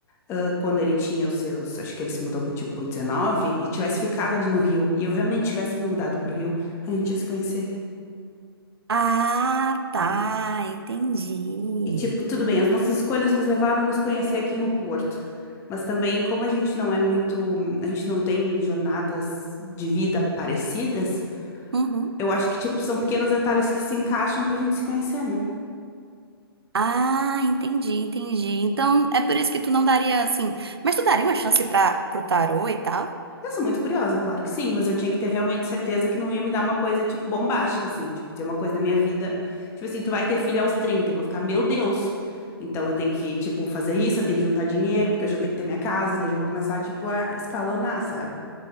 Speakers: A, on the left; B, on the right.
A: ah, quando ele tinha os seus, acho que ele se mudou com tipo 19, e tivesse ficado ali no Rio, e eu realmente tivesse me mudado pro Rio, a gente ia se conhecer,
B: Ah, tá,
A: tá?
B: entendi.
A: E tipo, tudo bem, as nossas escolhas nos levaram a nos conhecer aqui no Porto. Mas também, como a gente não é muito, a gente não tem jornadas de vida parecidas,
B: Uhum.
A: eu acho que tipo são pequenos detalhes que se encaixam pra gente se conhecer, né?
B: Ah, entendi, entendi. Então, é por isso que tu não daria assim. Mas tu daria uma chance pra, pro tarô e tal?
A: Eu sou muito curiosa, claro que sim, mas eu tinha que ter realmente certeza que não ia me dar uma coisa, tipo, bombástica, assim, tipo, dizer uma coisa da minha vida. Tipo assim, tu vai ter filho aos 30, eu vou ficar, meu Deus. Então eu tenho que, tipo, fazer isso, eu tenho que juntar dinheiro, porque eu já tenho que ter minha casa, e daí eu já vou começar, tipo, a escalonar, sabe?